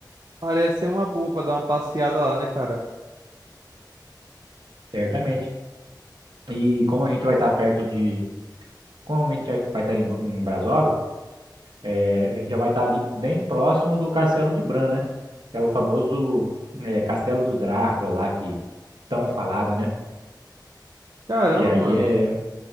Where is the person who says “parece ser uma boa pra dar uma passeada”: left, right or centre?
Right